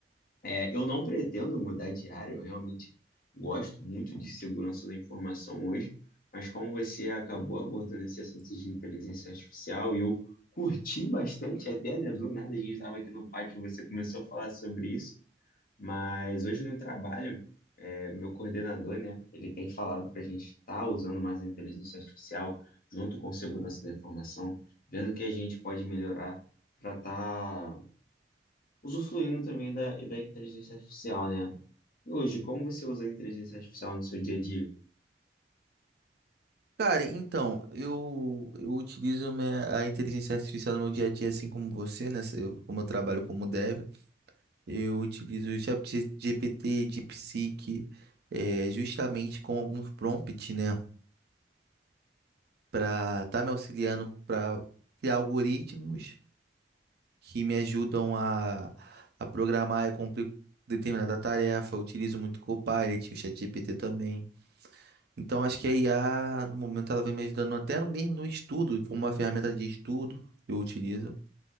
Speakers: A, on the left; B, on the right.
A: É, eu não pretendo mudar de área, eu realmente gosto muito de segurança da informação hoje, mas como você acabou abordando esse assunto de inteligência artificial, e eu curti bastante até, né? Do nada a gente estava aqui no pátio, e você começou a falar sobre isso, mas hoje no trabalho, é, o meu coordenador, né, ele tem falado para a gente estar usando mais a inteligência artificial junto com segurança da informação, vendo o que a gente pode melhorar para estar usufruindo também da, da inteligência artificial, né? E hoje, como você usa a inteligência artificial no seu dia a dia?
B: Cara, então, eu, eu utilizo minha- a inteligência artificial no meu dia a dia, assim como você, né? Eu, como eu trabalho como dev, eu utilizo o ChatGPT, DeepSeek, eh, justamente com alguns prompts, né? Para estar me auxiliando para criar algoritmos que me ajudam a, a programar e cumprir determinada tarefa. Eu utilizo muito o Copilot, o ChatGPT também. Então acho que a IA, no momento, ela vem me ajudando até no- mesmo no estudo, como uma ferramenta de estudo eu utilizo.